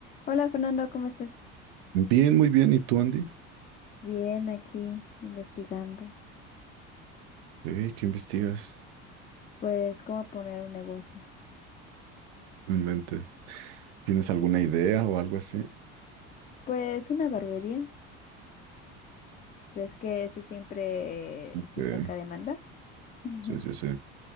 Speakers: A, on the left; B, on the right.
A: Hola Fernando, ¿cómo estás?
B: Bien, muy bien. ¿Y tú, Andy?
A: Bien, aquí investigando,
B: Ey, ¿qué investigas?
A: pues cómo poner un negocio.
B: No inventes. ¿Tienes alguna idea o algo así?
A: Pues una barbería, ves que eso siempre
B: Eh,
A: sí saca demanda. <laughs>
B: sí, sí, sí.